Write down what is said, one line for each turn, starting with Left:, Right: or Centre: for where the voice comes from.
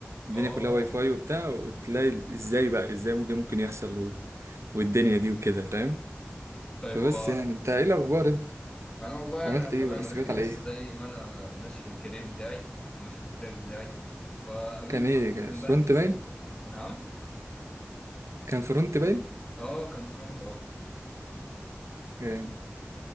Right: الدنيا
Left: اه
Right: كلها واي فاي وبتاع وتلاقي ازاي بقى ازاي ممكن ممكن يحصل و... والدنيا دي وكده فاهم
Left: طيب
Right: فبس
Left: هو
Right: يعني انت ايه الاخبار انت
Left: انا والله
Right: عملت
Left: انا تمام
Right: ايه ولا استجبت
Left: <laughs> أنا
Right: على
Left: لسه
Right: ايه
Left: زي ما انا ماشي في الكارير بتاعي وماشي في التراك بتاعي فقابلت
Right: كان ايه
Left: محمود
Right: كان
Left: امبارح
Right: فرونت
Left: بالصدفه
Right: باين
Left: نعم
Right: كان فرونت باين
Left: اه كان فرونت اه
Right: يعني